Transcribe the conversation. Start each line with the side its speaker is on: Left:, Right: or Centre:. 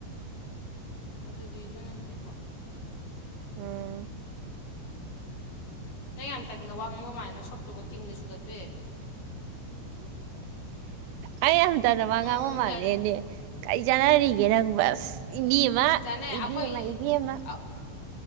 Left: ꯑꯗꯨꯗꯤ ꯗꯨꯅ ꯍꯦꯟ ꯐꯩꯀꯣ
Right: ꯎꯝ
Left: ꯅꯪ ꯌꯥꯝ ꯇꯟꯅ ꯋꯥ ꯉꯥꯡꯕ ꯃꯥꯂꯦꯅ ꯁꯛꯇꯨꯒ ꯀꯤꯟꯅ ꯁꯨꯗꯠꯄ ꯍꯦ
Right: ꯑꯩ ꯌꯥꯝ ꯇꯅꯕ
Left: ꯎꯝ
Right: ꯉꯥꯡꯕ ꯃꯥꯜꯂꯦꯅꯦ
Left: ꯀꯥꯏꯅ
Right: ꯀꯔꯤ ꯆꯥꯟꯅꯔꯤꯒꯦ ꯅꯪꯕꯣ ꯑꯁ ꯏꯕꯦꯃ
Left: ꯆꯥꯅꯩ
Right: ꯏꯕꯦꯃ
Left: ꯑꯩꯈꯣꯏ
Right: ꯏꯕꯦꯃ
Left: ꯑ-